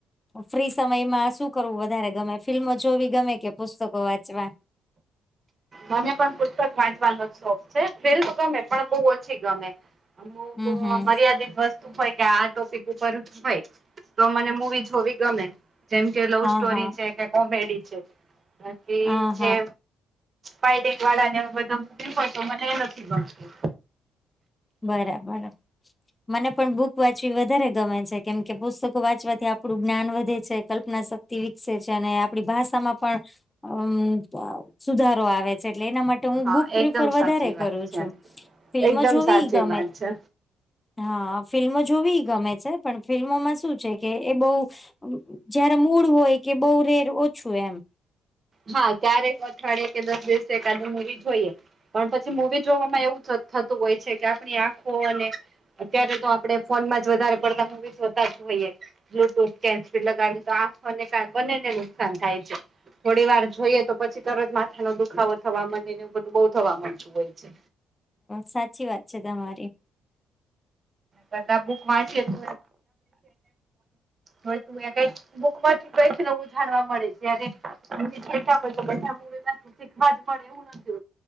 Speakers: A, on the left (about 20°); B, on the right (about 40°).
A: ફ્રી સમયમાં શું કરવું વધારે ગમે ફિલ્મો જોવી ગમે કે પુસ્તકો વાંચવા?
B: મને પણ પુસ્તક વાંચવાનો શોખ છે. ફીલમ ગમે પણ બહ ઓછી ગમે. અમ
A: હમ
B: તો
A: હમ
B: મર્યાદિત હોય કે આ ટોપિક ઉપર જ હોય તો મને મુવી જોવી ગમે. જેમ કે લવ
A: હા
B: સ્ટોરી
A: હા
B: છે, કે કોમેડી છે બાકી
A: હા હા
B: જે પાઇટક વાળા ને બધો મૂક પડતો મને એ નથી ગમતું.
A: બરાબરા! મને પણ બુક વાંચવી વધારે ગમે છે કેમ કે પુસ્તકો વાંચવાથી આપણું જ્ઞાન વધે છે કલ્પના સ વિકસે છે અને આપણી ભાષામાં પણ અ સુધારો આવે છે એટલે એના માટે હું
B: હા
A: બુક પ્રિફર
B: એકદમ
A: વધારે
B: સાચી
A: કરું
B: વાત છે
A: છું. ફિલ્મ
B: એકદમ
A: જોવી
B: સાચી
A: ગમે
B: વાત છે.
A: હા ફિલ્મો જોવી ગમે છે પણ ફિલ્મોમાં શું છે કે એ બહુ જયારે મૂળ હોય કે બહુ રેર ઓછું એમ.
B: હા ક્યારેક અઠવાડિયે કે દસ દિવસે એકાદ મુૂવી જોઈએ પણ પછી મુવી જોવામાં એવું જ હત થતું હોય છે કે આપણી આંખો અને અત્યારે તો આપડણે ફોન માં જ વધારે પડતા મુવી જોતા જ હોઈએ. બ્લુટૂથ કેન્સી લગાવી તો આંખ અને કાન બનેને નુકસાન થાય છે. થોડી વાર જોઈએ તો પછી તરત માથા ન દુખાવો થવા ે ને એવ બધું બહુ થવા નતું હોય છે.
A: સાચી વાત છે તમારી.
B: બધા બુક વાંચીએ તુ ક બુકમાં છુટાય છે, નેવુ જાણવા મળે જ્યારે હોય તો બધા મ નથી. એક બાજ ફડ્યા દ